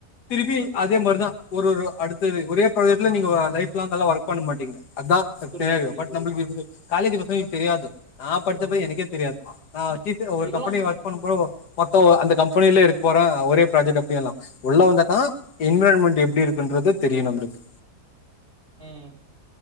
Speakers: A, on the left; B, on the right.
A: திருப்பி அதே மாரிதா ஒரு ஒரு அடுத்த ஒரே <unintelligible> நீங்க லைப் லாங் ஒர்க் பண்ண மாட்டீங்க அதா
B: புரியுது புரியுது
A: பட்
B: புரியுது
A: நம்ளுக்கு காலேஜ் படிச்சப்பா எனக்கு தெரியாது நா படிச்சப எனக்கே தெரியாது நா <unintelligible> ஒரு
B: இதெல்லா
A: கம்பெனி வாழ்க் ப்ரோ மொத்தம் அந்த கம்பெனில இருக்க போற ஒரே ப்ராஜெக்ட் அப்டிய எல்லா உள்ள வந்தாதா என்விரான்மெண்ட் எப்டி இருக்குன்றது தெரியும் நம்மளுக்கு
B: உம்